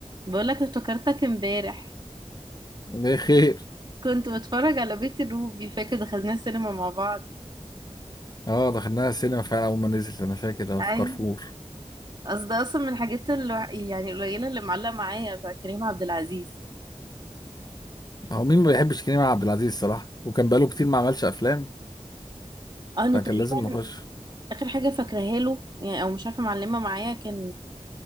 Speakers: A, on the right (about 40°); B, on the left (about 35°).
A: بقولك افتكرتك امبارح
B: ليه خير
A: كنت بتفرج على بيت الروبي فاكر دخلنا السينما مع بعض
B: اه دخلناها السينما فعلا اول ما نزلت انا فاكر اه
A: اي
B: في كارفور
A: اصل ده اصلا من الحاجات الوح... يعني القليله اللي معلقه معايا بتاع كريم عبد العزيز
B: هو مين ما بيحبش كريم عبد العزيز الصراحه وكان بقاله كتير ما عملش افلام
A: اه انا
B: فكان
A: تقريبا
B: لازم نخش
A: اخر حاجه فاكراها له يعني او مش عارفه معلمه معايا كان